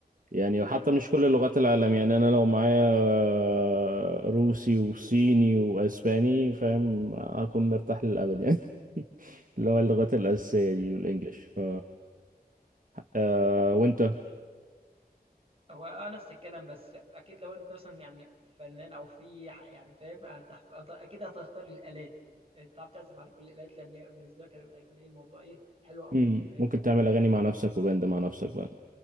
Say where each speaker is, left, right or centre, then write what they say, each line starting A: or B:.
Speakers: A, on the right (about 55°); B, on the right (about 35°).
A: يعني وحتى مش كل لغات العالم يعني انا لو معايا آه، روسي وصيني واسباني فاهم اكون مرتاح للابد يعني <laughs> اللي هو اللغات الاساسيه دي والانجليش ف... آه وانت
B: هو آه، نفس الكلام بس أكيد لو أنت مثلًا يعني فنان أو في ح يعني فاهم هتحت هت أكيد هتختار الآلات، أنت تعرف تعزف على كل الآلات لأن بالنسبة لك هي هيكون إيه الموضوع إيه حلو أوي
A: مم.
B: فاهم؟
A: ممكن تعمل اغاني مع نفسك وباند مع نفسك بقى